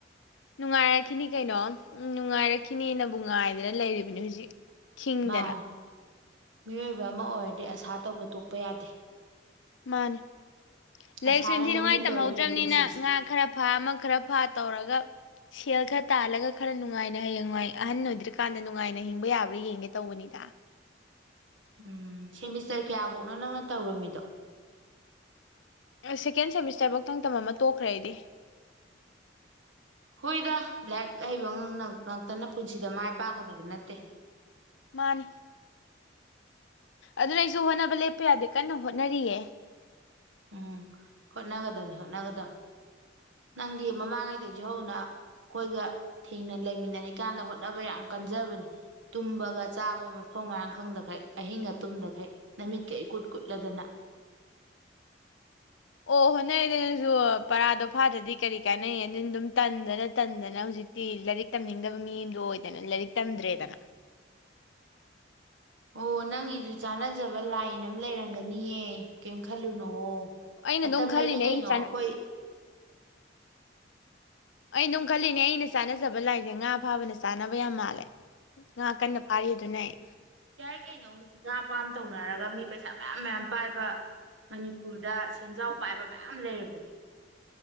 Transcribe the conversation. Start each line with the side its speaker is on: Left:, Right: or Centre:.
Left: ꯅꯨꯡꯉꯥꯏꯔꯛꯈꯤꯅꯤ ꯀꯩꯅꯣ ꯎꯝ ꯅꯨꯡꯉꯥꯏꯔꯛꯈꯤꯅꯦꯅꯕꯨ ꯉꯥꯏꯗꯅ ꯂꯩꯔꯤꯕꯅꯤ ꯍꯧꯖꯤꯛ ꯈꯈꯤꯡꯗꯅ
Right: ꯃꯥꯅꯦ ꯃꯤꯑꯣꯏꯕ ꯑꯃ ꯑꯣꯏꯔꯗꯤ ꯑꯁꯥ ꯇꯧꯕ ꯇꯣꯛꯄ ꯌꯥꯗꯦ
Left: ꯃꯥꯅꯦ ꯂꯥꯏꯔꯤꯛꯁꯨ
Right: ꯑꯁꯥꯅ
Left: ꯏꯟꯊꯤ
Right: ꯂꯝꯖꯤꯡꯗꯧꯔꯤꯕꯅꯤ
Left: ꯅꯨꯡꯉꯥꯏ ꯇꯝꯍꯧꯗ꯭ꯔꯕꯅꯤꯅ
Right: ꯄꯨꯟꯁꯤꯁꯦ
Left: ꯉꯥ ꯈꯔ ꯐꯥ ꯑꯃ ꯈꯔ ꯐꯥ ꯇꯧꯔꯒ ꯁꯦꯜ ꯈꯔ ꯇꯥꯜꯂꯒ ꯈꯔ ꯅꯨꯡꯉꯥꯏꯅ ꯍꯌꯦꯡꯋꯥꯏ ꯑꯍꯟ ꯑꯣꯏꯗ꯭ꯔꯀꯥꯟꯗ ꯅꯨꯡꯉꯥꯏꯅ ꯍꯤꯡꯕ ꯌꯥꯕ꯭ꯔꯥ ꯌꯦꯡꯒꯦ ꯇꯧꯕꯅꯤꯗ
Right: ꯎꯝ ꯁꯦꯃꯤꯁꯇꯔ ꯀꯌꯥ ꯐꯧꯅ ꯅꯪꯅ ꯇꯧꯔꯝꯃꯤꯗꯣ
Left: ꯁꯦꯀꯦꯟ ꯁꯦꯃꯤꯁꯇꯔꯐꯧ ꯊꯪ ꯇꯝ ꯑꯃ ꯇꯣꯛꯈ꯭ꯔ ꯑꯩꯗꯤ
Right: ꯍꯨꯏꯗ ꯂꯥꯏꯔꯤꯛ ꯍꯩꯕ ꯉꯇꯅ ꯄꯨꯟꯁꯤꯗ ꯃꯥꯏ ꯄꯥꯛꯀꯗꯕ ꯅꯠꯇꯦ
Left: ꯃꯥꯅꯤ ꯑꯗꯨꯅ ꯑꯩꯁꯨ ꯍꯣꯠꯅꯕ ꯂꯦꯞꯄ ꯌꯥꯗꯦ ꯀꯟꯅ ꯍꯣꯠꯅꯔꯤꯌꯦ
Right: ꯎꯝ ꯍꯣꯠꯅꯒꯗꯅꯤ ꯍꯣꯠꯅꯒꯗꯕ ꯅꯪꯗꯤ ꯃꯃꯥꯡꯉꯩꯗꯒꯤꯗꯒꯤ ꯍꯧꯅ ꯑꯩꯈꯣꯏꯒ ꯊꯦꯡꯅ ꯂꯩꯃꯤꯟꯅꯔꯤꯀꯥꯟꯗ ꯍꯣꯠꯅꯕ ꯌꯥꯝ ꯀꯟꯖꯕꯅꯦ ꯇꯨꯝꯕꯒ ꯆꯥꯕ ꯃꯐꯝ ꯃꯔꯥꯡ ꯈꯪꯗꯈꯩ ꯑꯍꯤꯡꯒ ꯇꯨꯝꯗꯈꯩ ꯅꯨꯃꯤꯠꯀ ꯏꯀꯨꯠ ꯀꯨꯠꯂꯗꯅ
Left: ꯑꯣ ꯍꯣꯠꯅꯩꯗ ꯅꯪꯁꯨ ꯄꯔꯥꯗꯣ ꯐꯥꯗ꯭ꯔꯗꯤ ꯀꯔꯤ ꯀꯥꯟꯅꯩ ꯑꯗꯨ ꯑꯗꯨꯝ ꯇꯟꯗꯅ ꯇꯟꯗꯅ ꯍꯧꯖꯤꯛꯇꯤ ꯂꯥꯏꯔꯤꯛ ꯇꯝꯅꯤꯡꯗꯕ ꯃꯤ ꯑꯗꯣ ꯑꯣꯏꯗꯅ ꯂꯥꯏꯔꯤꯛ ꯇꯝꯗ꯭ꯔꯦꯗꯅ
Right: ꯑꯣ ꯅꯪꯒꯤꯁꯨ ꯆꯥꯟꯅꯖꯕ ꯂꯥꯏꯟ ꯑꯃ ꯂꯩꯔꯝꯒꯅꯤꯌꯦ ꯀꯔꯤꯝ ꯈꯜꯂꯨꯅꯨ
Left: ꯑꯩꯅ
Right: ꯃꯇꯝ
Left: ꯑꯗꯨꯝ ꯈꯜꯂꯤꯅꯦ
Right: ꯂꯩꯔꯤ ꯀꯩꯅꯣ
Left: ꯑꯩꯒꯤ ꯆꯥꯅ
Right: ꯑꯈꯣꯏ
Left: ꯑꯩ ꯑꯗꯨꯝ ꯈꯜꯂꯤꯅꯦ ꯑꯩꯅ ꯆꯥꯅꯖꯕ ꯂꯥꯏꯁꯦ ꯉꯥ ꯐꯥꯕꯅ ꯆꯥꯅꯕ ꯌꯥꯝ ꯃꯥꯜꯂꯦ ꯉꯥ ꯀꯟꯅ ꯐꯥꯔꯤ ꯑꯗꯨꯅ ꯑꯩ
Right: ꯌꯥꯏ ꯀꯩꯅꯣ ꯍꯧꯖꯤꯛ ꯉꯥ ꯐꯥꯝ ꯇꯧꯅꯔꯒ ꯃꯤ ꯄꯩꯁꯥ ꯃꯌꯥꯝ ꯃꯌꯥꯝ ꯄꯥꯏꯕ ꯃꯅꯤꯄꯨꯔꯗ ꯁꯦꯟꯖꯥꯎ ꯄꯥꯏꯕ ꯃꯌꯥꯝ ꯂꯩꯔꯕꯅꯦ